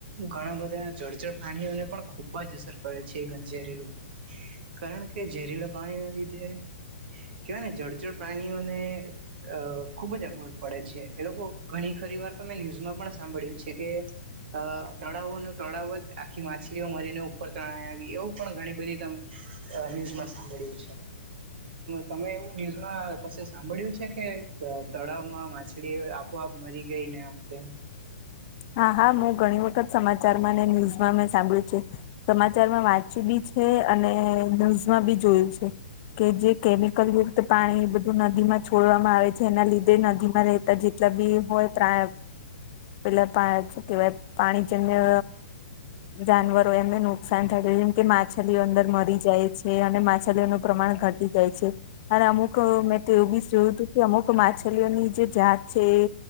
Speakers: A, on the right (about 55°); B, on the left (about 40°).
A: ઘણા બધા જળચર પ્રાણીઓને પણ ખૂબ જ અસર પડે છે ઝેરીલું પા કારણ કે ઝેરીલ પાણી ના લીધે કેવાય ને જળચર પ્રાણીઓને અ ખુબ જ અગવડ પડે છે એ લોકો ઘણી ખરી વાર તમે ન્યૂઝમાં પણ સાંભળ્યું છે કે અ તળાવો ન તળાવ જ આખી માછલીઓ મરીને ઉપર તણાય આવી એવું પણ ઘણી બધી તમે અ ન્યૂઝમાં સાંભળીયું છે. તમે એવું ન્યુઝમાં કશે સાંભળ્યું છે કે તો તળાવમાં માછલી આપોઆપ મરી ગઈ ને આમ તેમ.
B: હા હા હું ઘણી વખત સમાચારમાં ન્યૂઝમાં મે સાંભળ્યું છે. સમાચારમાં વાંચ્યું બી છે અને ન્યૂઝમાં બી જોયું છે. કે જે કેમિકલ યુક્ત પાણી એ બધું નદીમાં છોડવામાં આવે છે એના લીધે નદીમાં રહેતા જે જેટલા બી હોય પ્રાય પેલા શું કેવાય પાણી જેમ્ય જાનવરો એમને નુકસાન થાય છે જેમ કે માછલીઓ અંદર મરી જાય છે અને માછલીઓનું પ્રમાણ ઘટ જાય છે. અને અમુક મેં તો એવું બી જોયું હતું કે અમુક માછલીઓની જે જાત છે એ